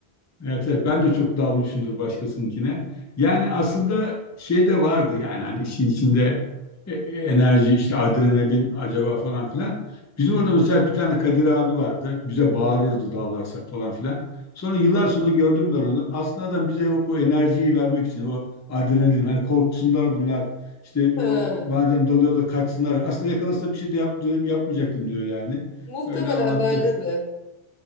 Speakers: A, on the left; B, on the left.
A: Evet, evet ben de çok dalmışımdır başkasınınkine. Yani aslında şey de vardı yani hani işin içinde e- e- enerji işte adrenalin acaba falan filan. Bizim orada mesela bir tane Kadir abi vardı. Bize bağırırdı dalarsak falan filan. Sonra yıllar sonra gördüm ben onu. Aslında adam bize o, o enerjiyi vermek için o adrenalin hani korksunlar bunlar. İşte
B: Ha,
A: o, madem dalıyorlar kaçsınlar. Aslında yakalasa bir şey de yaptı, yapmayacaktım diyor yani.
B: muhtemelen
A: Öyle anlattı.
B: bence de.